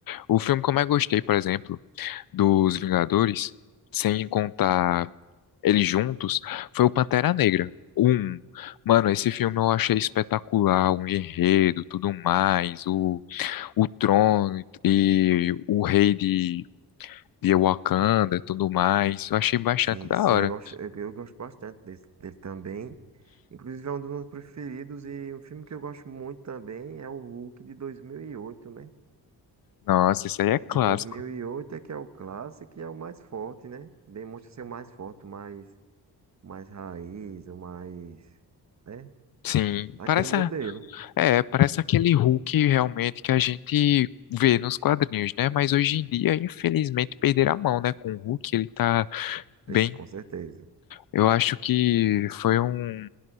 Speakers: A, on the left; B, on the right.
A: o filme que eu mais gostei, por exemplo, dos Vingadores, sem contar eles juntos, foi o Pantera Negra. Um, mano, esse filme eu achei espetacular, o enredo, tudo mais, o, o trono e o rei de via Wakanda e tudo mais. Eu achei bastante
B: Sim,
A: da
B: sim,
A: hora.
B: eu gosto, eu, eu gosto bastante desse, dele também. Inclusive é um dos meus preferidos e um filme que eu gosto muito também é o Hulk de dois mil e oito né?
A: Nossa, isso aí é
B: O
A: clássico.
B: de dois mil e oito é que é o clássico e é o mais forte, né? Demonstra ser o mais forte, o mais, o mais raiz, o mais, né?
A: Sim,
B: Daquele
A: parece,
B: modelo,
A: a- é, parece aquele Hulk realmente que a gente vê nos quadrinhos, né? Mas hoje em dia, infelizmente, perderam a mão, né? Com o Hulk, ele tá bem.
B: esse, com certeza.
A: Eu acho que foi um.